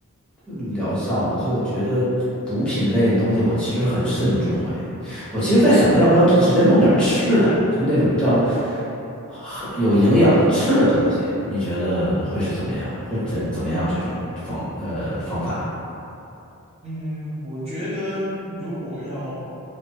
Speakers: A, in the centre; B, on the right.
A: 呃疗效嘛，所以我觉得补品类的东西我其实很慎重哎，我其实在想着要不要就直接弄点吃的，就那种比较很有营养的吃的东西，你觉得会是怎么样？会怎怎么样这种方呃方法？
B: 嗯，我觉得如果要